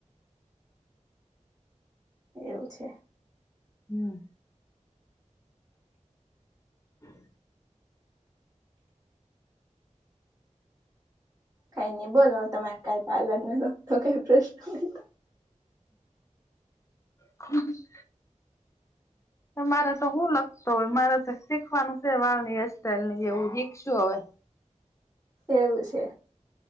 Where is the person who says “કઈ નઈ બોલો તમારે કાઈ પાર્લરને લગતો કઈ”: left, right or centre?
Right